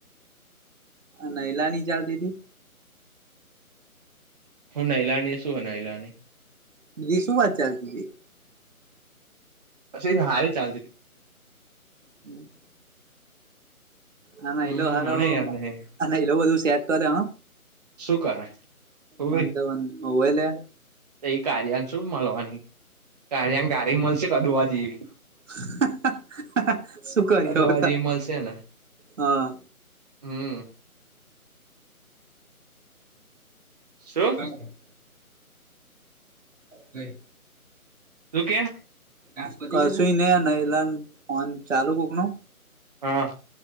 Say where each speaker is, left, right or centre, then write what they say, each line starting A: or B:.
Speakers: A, on the right; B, on the right.
A: નૈલાની ચાલતીતી?
B: હું નૈલાની સુ નૈલાની?
A: બીજી શું વાત ચાલતી તી.
B: સિંગ હારી ચાલતીતી
A: હમ આ નૈલો
B: હમ
A: હારો,
B: મને યાદ નહિ
A: આ નૈલો બધું સેટ કરે, હ!
B: સુ કરાય, તો
A: મન
B: બી
A: મન હોવે લયા?
B: તો એ કાર્યાંગ શું મળવાની? કર્યાંગ કારી મલશે કદુવા જેવી.
A: હ હા, હા, સુ કર્યું
B: કદુઆ
A: સાવ,
B: જેવી મળશે ને
A: હા.
B: હમ શું
A: હા, બોલ કઈ?
B: સુ કે?
A: <unintelligible> કસુ નહી, આ નઈલાન ફોન ચાલુ કોકનો?
B: હા